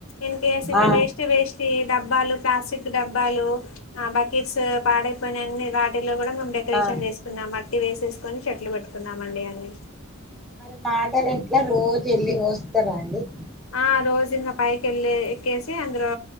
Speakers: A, on the left; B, in the centre.
A: ఇకేస్ ఇంకా
B: ఆ
A: వేస్ట్ వేస్ట్ డబ్బాలు ప్లాస్టిక్ డబ్బాలు ఆ బకెట్స్ పాడైపోయి అన్ని వాటి లో కూడా మేము డెకరేషన్
B: ఆ
A: చేస్తున్నాం వేసేసుకొని చెట్లు పెట్టుకున్నామండి అని
B: మరి వాటర్ ఎట్లా రోజు వెళ్ళి పోస్తారా అండి
A: ఆ రోజు ఇంకా పైకి వెళ్ళి ఎక్కేసి అందులో